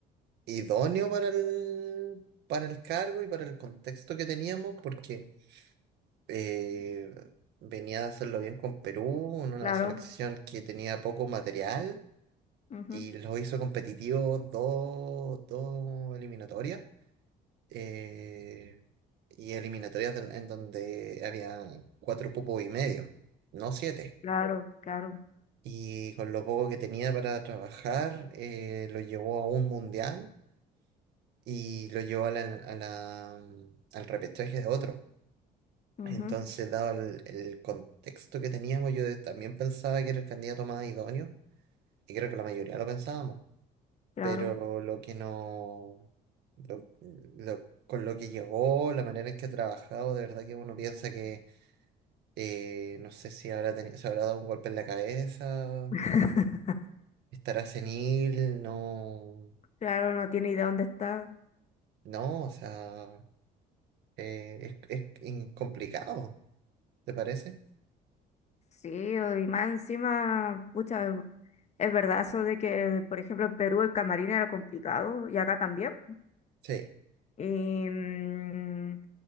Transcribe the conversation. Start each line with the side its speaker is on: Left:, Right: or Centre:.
Right: idóneo para el, para el cargo y para el contexto que teníamos, porque eh, venía a hacerlo bien con Perú, en una
Left: Claro,
Right: selección que tenía poco material
Left: ujú,
Right: y lo hizo competitivo dos, dos eliminatorias. eh, y eliminatorias del- en donde había cuatro cupos y medio, no siete.
Left: claro, claro,
Right: Y con lo poco que tenía para trabajar, eh, lo llevó a un mundial y lo llevó a la- a la, mm, al repechaje de otro.
Left: ujú,
Right: Entonces, dado el, el contexto que teníamos, yo también pensaba que era el candidato más idóneo, y creo que la mayoría lo pensábamos,
Left: claro,
Right: pero lo que no, lo- lo- con lo que llegó, la manera en que ha trabajado, de verdad que uno piensa que, eh, no sé si habrá tenido, se habrá dado un golpe en la cabeza,
Left: <laughs>
Right: estará senil, no,
Left: claro, no tiene idea dónde está.
Right: no, o sea, eh, es, es in- complicado, ¿te parece?
Left: Sí, y más encima, pucha, es verdad eso de que, por ejemplo, en Perú el camarín era complicado y acá también.
Right: Sí.
Left: Y mm,